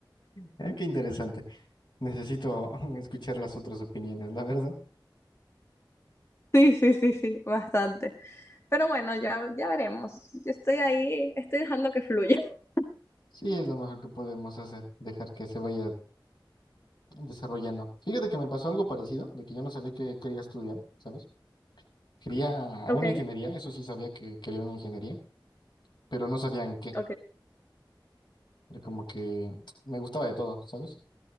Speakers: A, on the left (about 70°); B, on the left (about 35°).
A: Ah, Qué interesante. Necesito <laughs> escuchar las otras opiniones, la verdad.
B: Sí, sí, sí, sí, bastante. Pero bueno, ya, ya veremos. Yo estoy ahí, estoy dejando que fluya. <laughs>
A: Sí, es lo mejor que podemos hacer, dejar que se vaya desarrollando. Fíjate que me pasó algo parecido, de que yo no sabía que quería estudiar, ¿sabes? Quería
B: Ok,
A: una ingeniería, eso sí sabía que quería una ingeniería, pero no sabía en qué.
B: ok.
A: Era como que me gustaba de todo, ¿sabes?